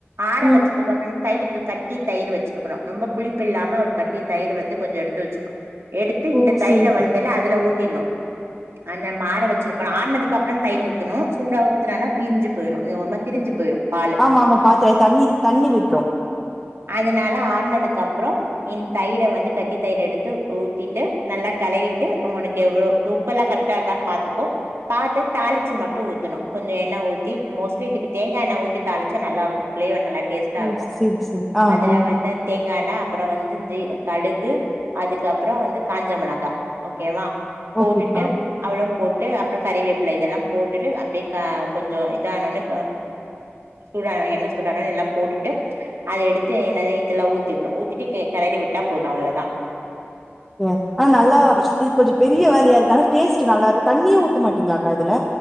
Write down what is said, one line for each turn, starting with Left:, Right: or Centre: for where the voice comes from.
Right: ஆற
Centre: ம்
Right: வச்சதுக்கு அப்புறொ தயிரு கட்டி தயிரு வச்சிருக்கணு ரொம்ப புளிப்பு இல்லாம கட்டி தயிரு வந்து கொஞ்சொ எடுத்து வச்சுக்கனு எடுத்து இந்த
Centre: ஓ
Right: தயிர
Centre: சேரி சேரி
Right: வந்துல அதுல ஊத்திட்னு ஆ நம்ம ஆர வச்சிருப்போல ஆரனதுக்ப்புறம் தயிர் ஊத்தணும் சூடா ஊத்தன்னா தீஞ்சு போயிரு ஒருமாரி திரஞ்சு போயிரு பால்
Centre: ஆமா ஆமா பாத்தே தண்ணி தண்ணி விட்ரு
Right: அதனால ஆர்னதுக்கு அப்பறொ இந் தயிர வந்து கட்டி தயிர எடுத்து ஊத்திட்டு நல்லா களறிட்டு உனக்கு எவ்ளோ உப்பெல்லா கரெக்டா இருக்கான் பாத்துக்கோ பாத்து தாளிச்சு மட்டு ஊத்தணு கொஞ்ச என்ன ஊத்தி மோஸ்ட்லி இதுக்கு தேங்கா எண்ண ஊத்தி தாளிச்சா நல்லா இருக்கூ ஃபிளேவர் நல்லா டேஸ்ட்டா
Centre: ஓ
Right: இருக்கூ
Centre: சேரி சேரி ஆ
Right: அதுல
Centre: ஆ
Right: வந்து தேங்கான்ன அப்பறொ வந் து கடுகு அதுக்கப்புறோ வந்து காஞ்ச மெளகா ஓகே வா போட்டுட்டு
Centre: ஓகேக்கா
Right: அவ்ளோம் போட்டு அப்புறொ கறிவேப்பில இதெல்லாம் போட்டுட்டு அப்டியே கா கொஞ்சொ இதானொன்ன சூடான ஒன்ன என்ன சூடான ஒன்ன எல்லா போட்டுட்டு அத எடுத்து என்ன இதுல ஊத்திட்ணு ஊத்திட்டு கெளரி விட்டா போது அவ்ளதா
Centre: ஓ ஆ நல்லா இது கொஞ்சொ பெரிய வேலையா இருக்கு ஆனா டேஸ்ட்
Right: ம்
Centre: நல்லாருக்கு தண்ணியே ஊத்த மாட்டீங்க்ளாக்கா இதுல